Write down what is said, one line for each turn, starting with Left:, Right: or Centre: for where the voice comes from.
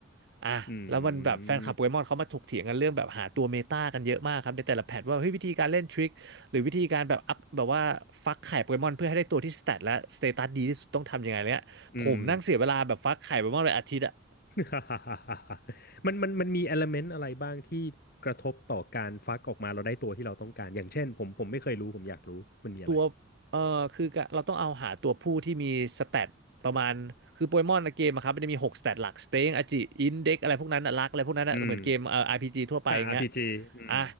Right: อ่ะแล้วมันแบบแฟนคลับโปเกมอนเขามาถกเถียงกันเรื่องแบบหาตัวเมตากันเยอะมากครับในแต่ละแพทว่าเฮ้ยวิธีการเล่นทริค
Left: อืม
Right: หรือวิธีการแบบอัพแบบว่าฟักไข่โปเกมอนเพื่อให้ได้ตัวที่สเตตและสเตตัสดีที่สุดต้องทำยังไงเนี่ยผมนั่งเสียเวลาแบบฟักไข่โปเกมอนเลยอาทิตย์อะ
Left: อืม <laughs> มันมันมันมีเอลเมนต์อะไรบ้างที่กระทบต่อการฟักออกมาเราได้ตัวที่เราต้องการ อย่างเช่นผมผมไม่เคยรู้ ผมอยากรู้ มันมีอะไร
Right: ตัวเออคือเราต้องเอาหาตัวผู้ที่มีสเตตประมาณคือโปเกมอนในเกมอะครับมันจะมีหกสเตตหลักสเตงอจิอินเด็กอะไรพวกนั้นอะลักอะไรพวกนั้นอะเหมือนเกมเอ่อ
Left: อืม
Right: RPG ทั่วไปอย่างเงี้ย
Left: อ่า RPG อืม
Right: อ่ะ